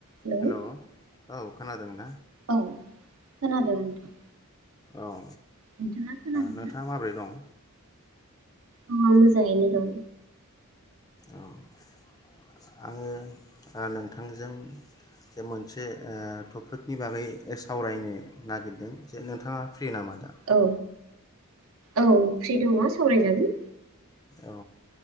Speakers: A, on the right (about 65°); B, on the left (about 15°).
A: हेलौ
B: हेल औ खोनादों ना
A: औ खोनादों नोंथां
B: औ ओ
A: नोंथाङा खोनादों
B: नोंथाङा माबोरै दं
A: औ आं मोजाङैनो दं
B: औ आङो नोंथांजों जे मोनसे ओ टपिकनि बागै सावरायनो नागिरदों जे नोंथाङा फ्रि नामा दा
A: औ औ फ्रि दङ सावरायजागोन
B: औ